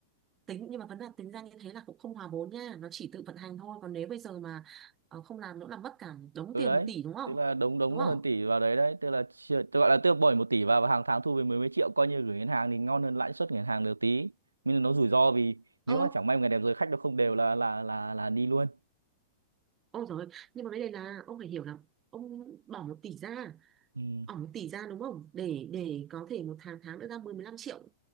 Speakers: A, on the right; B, on the right.
A: tính nhưng mà vấn đề tính ra như thế là cũng không hòa vốn nha nó chỉ tự vận hành thôi còn nếu bây giờ mà ờ, không làm nữa là mất cả đống
B: ừ
A: tiền
B: đấy
A: một tỷ đúng không
B: tức là đống đống
A: đúng
B: nó
A: không
B: hơn tỷ vào đấy đấy tức là chi- tôi gọi là tôi bỏ một tỷ vào và hàng tháng thu về mười mấy triệu coi như gửi ngân hàng thì ngon hơn lãi suất ngân hàng được tí nhưng mà nó rủi ro vì nếu
A: ơ
B: mà chẳng may một ngày đẹp rồi khách nó không đều là là là là đi luôn
A: ôi trời nhưng mà vấn đề là ông phải hiểu là ông bỏ một tỷ ra
B: ừ
A: bỏ một tỷ ra đúng không để để có thể một tháng tháng nữa ra mười 15 triệu